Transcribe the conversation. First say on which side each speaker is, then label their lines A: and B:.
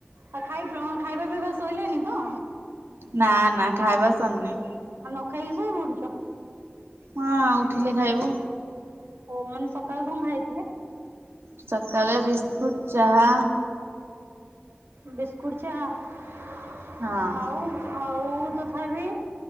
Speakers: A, on the right; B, on the right.
A: ଆଉ ଖାଇପ ଖାଇବା ପିଇବା ଆସିଲାଣି ତ?
B: ନା ନା ଖାଇବା ସରିନି।
A: ଆଉ ନ ଖାଇକି ଶୋଇ ପଡୁଚ।
B: ହଁ, ଉଠିଲେ ଖାଇବୁ।
A: ଓ ମାନେ ସକାଳେୁ କଣ ଖାାଇଥିଲେ?
B: ସକାଳେ ବିସ୍କୁଟ ଚାହା।
A: ବିସ୍କୁଟ, ଚାହା
B: ହଁ
A: ଆଉ। ଆଉ ତଥାପି